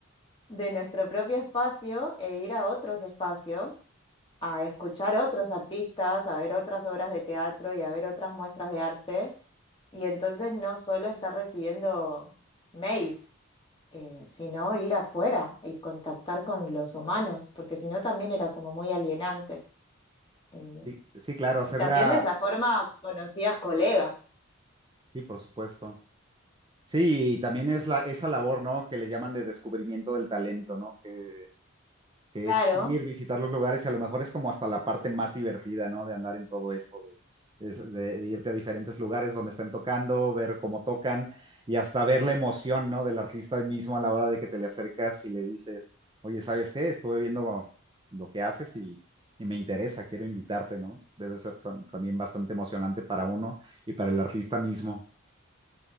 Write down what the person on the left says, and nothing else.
de nuestro propio espacio e ir a otros espacios, a escuchar otros artistas, a ver otras obras de teatro y a ver otras muestras de arte. Y entonces no solo estar recibiendo mails, eh, sino ir afuera y contactar con los humanos, porque si no también era como muy alienante. Eh,
y también de esa forma conocías colegas.
Eh,
claro,